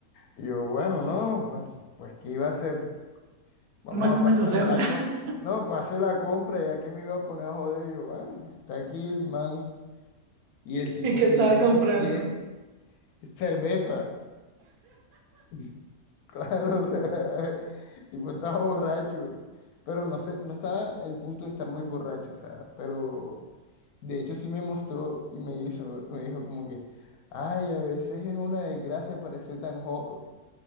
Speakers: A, on the left (about 80°); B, on the right (about 85°).
A: y yo, bueno, no, bueno, pues ¿qué iba a hacer? Vamos
B: Muéstrame
A: a pasarle
B: su cédula
A: la compra.
B: <laughs>
A: No, pasé la compra, ya que me iba a poner a joder. Yo, bueno, está aquí el man. Y el tipo
B: y que
A: seguía
B: estaba
A: insistiendo.
B: comprando.
A: Cerveza. <laughs> Claro, o sea, <laughs> el tipo estaba borracho. Pero no sé, no estaba el punto de estar muy borracho, o sea, pero de hecho sí me mostró y me hizo, me dijo como que, ay, a veces es una desgracia parecer tan joven. <laughs>